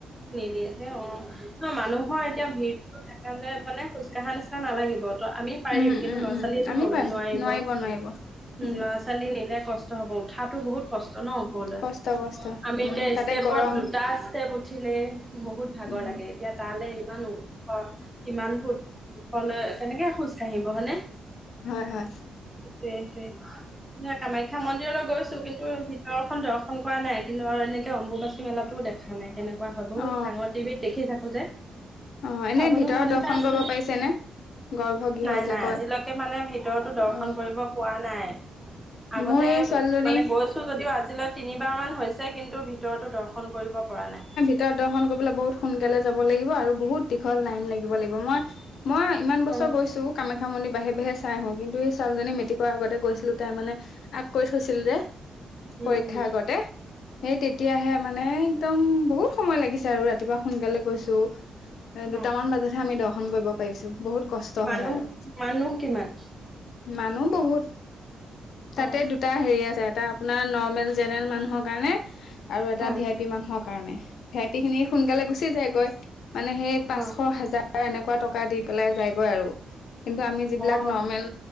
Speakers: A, in the centre; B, on the left.
A: নিদিয়ে যে অ মানুহৰ এতিয়া ভিৰটোতো থাকা হলে মানে খোজ কঢ়া নিচিনা নালাগিব ত আমি পাৰিম
B: উম
A: কিন্তু
B: উম
A: ল'ৰা
B: উম
A: ছোৱালীয়ে
B: আমি পাৰিম
A: নোৱাৰিব উ
B: নোৱাৰিব উম
A: ল'ৰা ছোৱালী নিলে কষ্ট হব উঠাতটো বহুত কষ্ট ন ওপৰলৈ,
B: কষ্ট কষ্ট
A: আমি
B: উম
A: এতিয়া
B: তাতে
A: ষ্টেপত
B: গৰম
A: দুটা ষ্টেপ উঠি তে বহুত ভাগৰ
B: উম
A: লাগে এতিয়া তালৈ ইমানো অ, কিমান ফুট কলে কেনেকে খোজ কাঢ়িব হয়নে?
B: হয় হয়
A: টোৱে সেইটোৱে। ন কামাখ্যা মন্দিৰলৈ গৈছো কিন্তু ভিতৰৰখন দৰ্শন কৰা নাই। ধৰ এনেকে অম্বুবাচী মেলাতো টো দেখা নাই। কোৱা হয় বহুত
B: অ
A: ডাঙৰ টিভিত দেখি থা কোজে।
B: অ এনে
A: চাবলৈ
B: ভিতৰত
A: মন
B: দৰ্শন
A: এটা আছিলে,
B: কৰিব পাৰিছে নে গৰ্ভগৃহ
A: নাই
B: যে
A: নাই
B: কয়
A: আজিলৈকে মানে ভিতৰতো দৰ্শন
B: অ
A: কৰিব পোৱা নাই। আগতে
B: মোৰ এই ছোৱালীজনী
A: মানে গৈছো যদিও আজিলৈ তিনি বাৰ মান হৈছে কিন্তু ভি ভিতৰতো দৰ্শন কৰিব পৰা নাই।
B: তৰত দৰ্শন কৰিবলৈ বহুত সোনকালে যাব লাগিব আৰু বহুত দীঘল লাইন লাগিব লাগিব। মই মই ইমান বছৰ
A: অ
B: গৈছো কামা- খা মন্দিৰ বাঢ়ে বাঢ়ে চাই আহো কিন্তু এই ছোৱালীজনী মেটিকৰ আগতে গৈছিলো তাই মানে আগ কৰি থৈছিল যে
A: উম
B: পৰীক্ষা
A: উম
B: আগতে, সেই তেতিয়াহে এ একদম বহুত সময় লাগিছে আৰু ৰাতিপুৱা সোনকালে গৈছো। এ দুটামান
A: অ
B: বজাতহে আমি দ দৰ্শন কৰিব পাৰিছো বহুত কষ্ট
A: মানুহ
B: হয় আৰু,
A: মানুহ কিমান?
B: মানুহ বহুত
A: অ।
B: তাতে দুটা হেৰি আছে এটা আপোনাৰ নৰ্মেল জেনেৰেল মানুহৰ কাৰণে আৰু এটা
A: উম
B: ভি আই পি মানুহৰ কাৰণে। সেপ টি খিনি সোনকালে গুচি যায় গৈ। মানে সেই পাঁচশ
A: অ
B: হাজাৰ এনেকুৱা টকা দি পেলাই যায়গৈ আৰু। <inaudible> কিন্তু আমি যিবিলাক
A: অ
B: নৰ্মেল